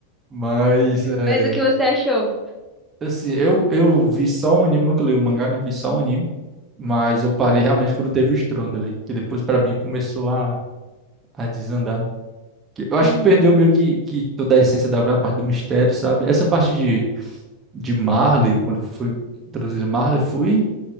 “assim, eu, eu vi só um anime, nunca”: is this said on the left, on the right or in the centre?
Right